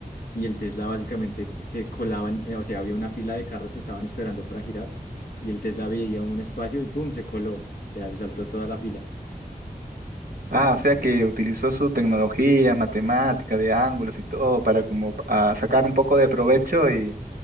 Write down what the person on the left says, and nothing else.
y el Tesla básicamente se colaban, eh, o sea, había una fila de carros que estaban esperando para girar y el Tesla veía un espacio y pum, se coló, o sea, se saltó toda la fila.